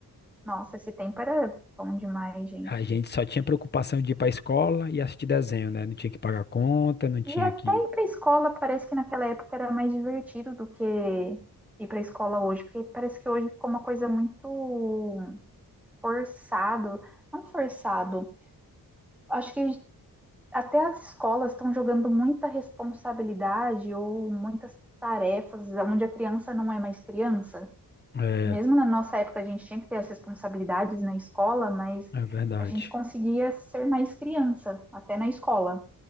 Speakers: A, in the centre; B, on the left (about 30°).
A: Nossa, esse tempo era bom demais, gente.
B: A gente só tinha preocupação de ir pra escola e assistir desenho, né? Não tinha que pagar conta, não tinha
A: E até
B: que.
A: ir para a escola parece que naquela época era mais divertido do que ir para a escola hoje, porque parece que hoje ficou uma coisa muito forçado, não forçado. Acho que até as escolas estão jogando muita responsabilidade ou muitas tarefas onde a criança não é mais criança.
B: É,
A: Mesmo na nossa época a gente tinha que ter as responsabilidades na escola, mas
B: é verdade.
A: a gente conseguia ser mais criança até na escola.